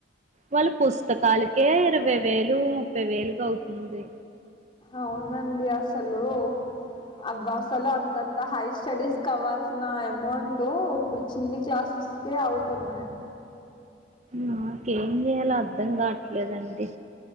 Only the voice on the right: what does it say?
వాళ్ళు పుస్తకాలకే ఇరవై వేలు ముప్పై వేలుగా అవుతుంది
నాకేం చేయాలో అర్ధం కావట్లేదండి